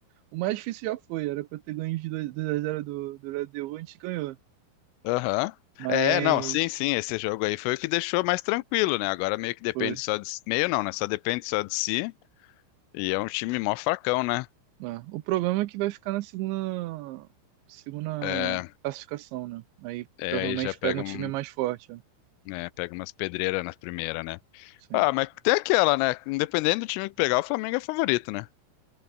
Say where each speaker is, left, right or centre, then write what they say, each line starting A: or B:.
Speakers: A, on the right (about 75°); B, on the left (about 85°).
A: O mais difícil já foi, era pra ter ganho de dois x 0 do, do LDU, a gente ganhou.
B: Aham.
A: Mas
B: É, não, sim, sim, esse jogo aí foi o que deixou mais tranquilo, né? Agora meio que depende
A: foi.
B: só de. Meio não, né? Só depende só de si. E é um time mó fracão, né?
A: né. O problema é que vai ficar na segunda, segunda
B: É,
A: classificação, né? Aí
B: é
A: provavelmente
B: aí já pega
A: pega um
B: um.
A: time mais forte. né?
B: né? Pega umas pedreiras na primeira, né?
A: Sim.
B: Ah, mas tem aquela, né? Independente do time que pegar, o Flamengo é favorito, né?